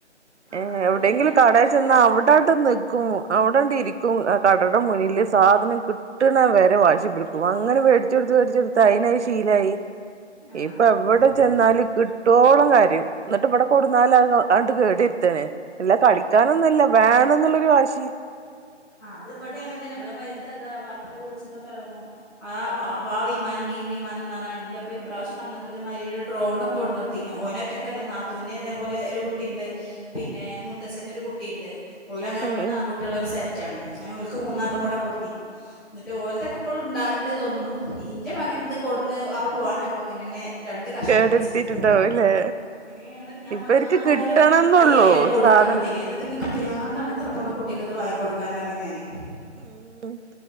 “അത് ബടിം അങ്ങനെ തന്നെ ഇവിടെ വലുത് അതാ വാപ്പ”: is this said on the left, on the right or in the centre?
Centre